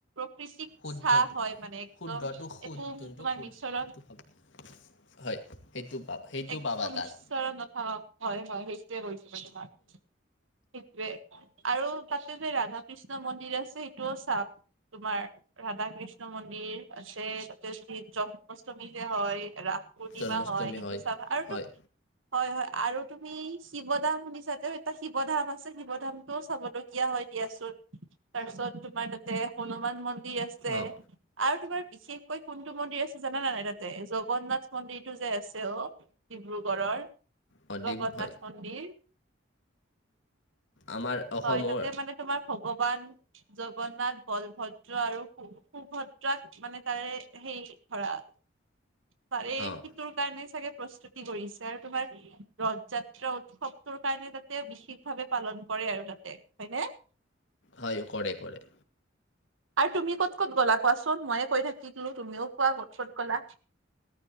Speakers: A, on the right; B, on the left.
A: কৃষিক
B: শুদ্ধটো
A: চাহ হয় মানে একদম
B: শুদ্ধটো শুদ
A: একো
B: যোনটো
A: তোমাৰ
B: শুদ্ধটো
A: মিচৰণ
B: পাব হয়। সেইটো পাব সেইটো
A: একো
B: পাবা তাত
A: মিশ্ৰৰণ নথকা হয় -হয় সেইটোৱে কৈছোঁ মানে তাক। সেইটোৱে আৰু তাতে যে ৰাধা কৃষ্ণ মন্দিৰ আছে সেইটোও চাম। তোমাৰ ৰাধা কৃষ্ণ মন্দিৰ আছে তাতে যদি জন্মাষ্টমী যে হয়। ৰাস পূৰ্ণিমা
B: জন্মাষ্টমী
A: হয় সেটো চাবা আৰুটো
B: হয়
A: হয়- হয় আৰু তুমি শিৱ ধাম শুনিছাতো এটা শিৱ ধাম আছে শিৱ ধামটোও চাবলগীয়া হয়। দিয়াচোন তাৰপিছত তোমাৰ তাতে হনুমান মন্দিৰ মন্দিৰ আছে
B: অঁ
A: আৰু তোমাৰ বিশেষকৈ কোনটো মন্দিৰ আছে জানা না নাই তাঁত? যে জগন্নাথ মন্দিৰটো যে আছে অহ ডিব্ৰুগড়ৰ
B: অঁ ডিব
A: জগন্নাথ
B: হয়
A: মন্দিৰ।
B: আমাৰ অসমৰ
A: হয় তাতে মানে তোমাৰ খব ভগৱান জগন্নাথ বলভদ্ৰ আৰু সুভদ্ৰাক মানে তাৰে সেই ধৰা, তাৰে
B: অঁ
A: কি তোৰ চাগে প্ৰস্তুতি কৰিছে আৰু তোমাৰ, ৰথ যাত্ৰা উৎসৱটোৰ কাৰণে তাতে বিশেষ ভাৱে পালন কৰে আৰু তাতে, হয়নে?
B: হয়, কৰে কৰে।
A: আৰু তুমি ক'ত ক'ত গ'লা কোৱাচোন, মইয়ে কই থাকিলো তুমিও কোৱা ক'ত ক'ত গ'লা?